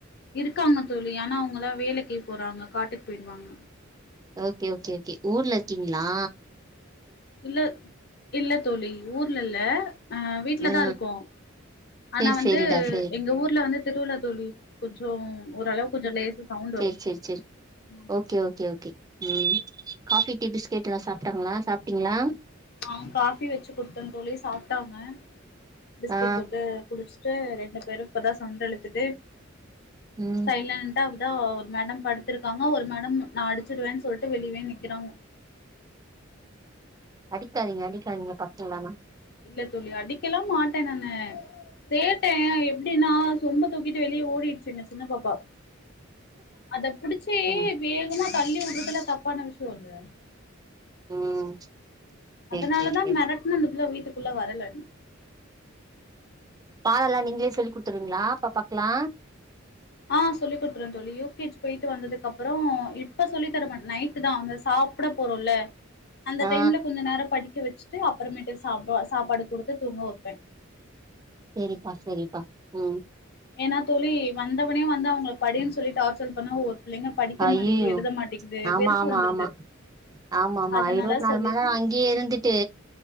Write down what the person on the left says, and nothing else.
இருக்காங்க தோழி ஆனா அவுங்களா வேலைக்கு போறாங்க காட்டுக்கு போயிடுவாங்க
இல்ல இல்ல தோழி ஊர்ல இல்ல அ வீட்லதா
இருக்கோ
ஆனா வந்து
எங்க ஊர்ல வந்து திருவிழா தோழி கொஞ்சோ ஓரளவுக்கு கொஞ்சோ லேசா சவுண்ட் வரு
ஆமா
தோழி
ஆ காஃபி வச்சு குடுத்தே தோழி சாப்ட்டாங்க பிஸ்கெட்
தொட்டு குடிச் ரெண்டு பேரு இப்பதா சண்ட இழுத்துட்டு
சைலன்டா அப்பதா ஒரு மேடம் படுத்துருக்காங்க ஒரு மேடம் நா அடிச்சிருவேன்னு சொல்லிட்டு வெளியே நிக்கிறாங்க
இல்ல தோழி அடிக்கெல்லா மாட்டே நானு சேட்டே எப்டின்னா சொம்பத் தூக்கிட்டு வெளியே ஓடிருச்சுங்க சின்ன பாப்பா அதப் புடிச் சி
வேகமா தள்ளி வுட்றதுல தப்பான விஷ்யோல்ல
அதனாலதா
மெரட்ன அந்த புள்ள வீட்டுக்குள்ள வரலன்னு
ஆ சொல்லி குடுத்துருவே தோழி யூ கே ஜி பொய்ட்டு வந்ததுக்கு அப்றோ இப்ப சொல்லி தர மாட் நைட்டுதா அந்த சாப் ப்ட போறோல்ல அந்த
டைம்ல கொஞ்ச நேரோ படிக்க வச்சுட்டு அப்றமேட்டுக் சாப்ப சாப்பாடு குடுத்து தூங்க வப்பே
ஏனா தோழி வந்தவொட்னே வந்து அவுங்ள படி சொல்லி டார்ச்சர் பண்ணா ஒரு புள்ளைங்க படிக்க
மாட்டேகிது எழுத மாட்டேகிது
வெறுப்பு
வந்துருது
அதனால
சொல்லிட்டு